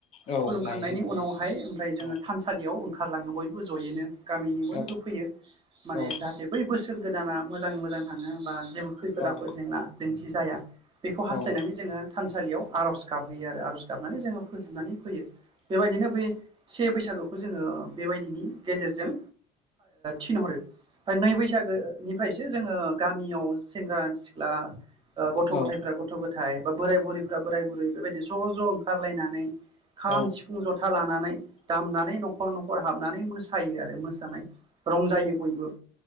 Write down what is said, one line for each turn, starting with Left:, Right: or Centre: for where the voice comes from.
Left: औ
Right: खुलुमखांनायनि
Left: लायो
Right: उनावहाय ओमफ्राय जोङो
Left: औ
Right: थानसालियाव ओंखारलाङो बयबो जयैनो। गामिनि बयबो
Left: औ
Right: फैयो माने
Left: औ
Right: जाहाथे बै बोसोर गोदाना मोजाङ मोजां थाङो बा जेबो खैफोद
Left: औ
Right: आफोद जेंना जेंसि जाया बेखौ हास्थायनानै
Left: औ
Right: जोङो थानसालियाव आर'ज गाबहैयो आरो आर'ज गाब नानै जोङो फोजोबनानै फैयो। बेबायदिनो बै से बैसागोखौ जोङो बेबायदिनि गेजेरजों थिनहरो ओमफ्राय नै बैसागोनिफ्रायसो जोङो गामियाव सेंग्रा सिख्ला ओ
Left: औ
Right: गथ' गथायफ्रा गथ' गथाय बा बोराय बुरैफ्रा बोराय बुरै बेबायदि ज' ज' ओंखारलायनानै
Left: औ
Right: खाम सिफुं जथा लानानै दामनानै न'खर न'खर हाबनानै मोसायो आरो मोसानाय रंजायो बयबो